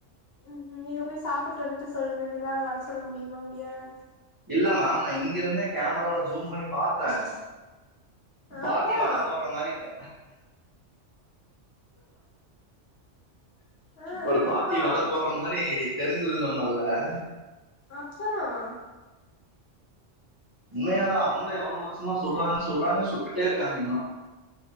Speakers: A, on the left (about 60°); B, on the right (about 20°).
A: ம் நீங்க போய் சாப்பட்டு வந்துட்டு சொல்லுங்க நிலால வட சுட முடியுமா முடியாதானு சொல்லுங்க
B: இல்ல மேம் நான் இங்கிருந்தே கேமரால ஜூம் பண்ணி பாத்தேன் பாட்டி
A: அப்பறோ
B: வடை போடுற மாரி இருக்க
A: ஆ
B: ஒரு பாட்டி
A: அப்பறோ
B: வட போடுற மாதிரி தெரிஞ்சது நம் அதுல அ
A: அப்பறம்
B: உண்மய தா அவங்களும் எவ்வளவு வருஷமா சொல்றாங்க சொல்றாங்க சொல்லிட்டே இருக்காங்க இன்னும்